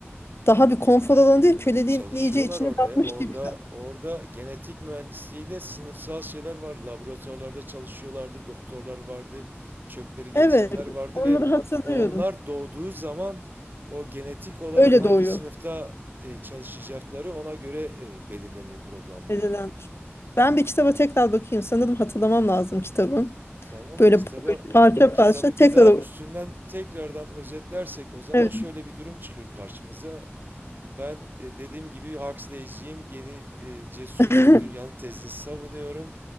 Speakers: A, on the left; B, on the right.
A: daha bir konfor alanı değil köleliğin
B: Çalışıyorlar
A: iyice içine
B: orada
A: batmış
B: ya. Orada
A: gibi.
B: orada genetik mühendisliğiyle sınıfsal şeyler var. Laboratuvarlarda çalışıyorlardı, doktorlar vardı, çöpleri getirenler
A: Evet.
B: vardı
A: Onları
B: ve
A: hatırlıyorum.
B: onlar doğduğu zaman o genetik olarak
A: Öyle
B: hangi
A: doğuyor.
B: sınıfta e, çalışacakları ona göre e, belirleniyor, programlanıyordu.
A: Edilen. Ben bir kitaba tekrar bakayım. Sanırım hatırlamam lazım kitabı.
B: Tamam
A: Böyle,
B: mı? Kitaba
A: böyle parça
B: kitabı
A: parça tekrar
B: bir daha üstünden tekrardan özetlersek o zaman
A: evet.
B: şöyle bir durum çıkıyor karşımıza. Ben e, dediğim gibi Huxley'ciyim. Yeni e, cesur
A: <laughs>
B: yeni dünyanın tezini savunuyorum.